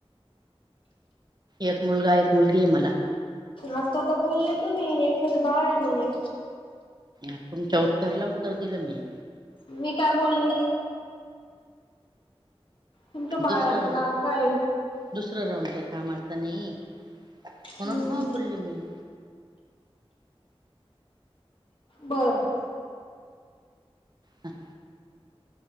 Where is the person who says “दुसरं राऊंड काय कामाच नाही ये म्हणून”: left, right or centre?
Right